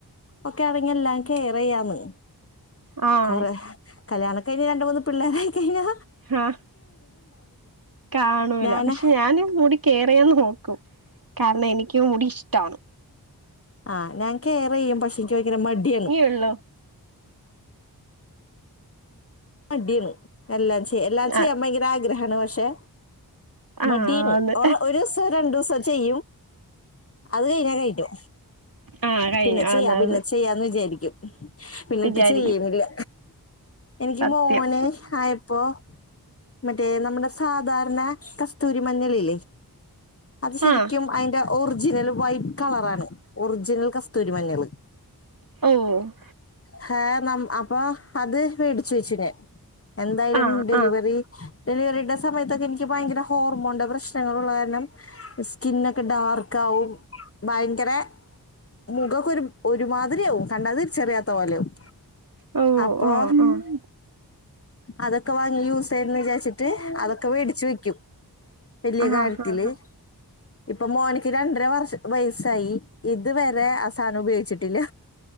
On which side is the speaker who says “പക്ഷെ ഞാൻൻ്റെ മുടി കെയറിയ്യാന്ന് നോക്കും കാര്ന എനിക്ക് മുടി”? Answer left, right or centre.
Right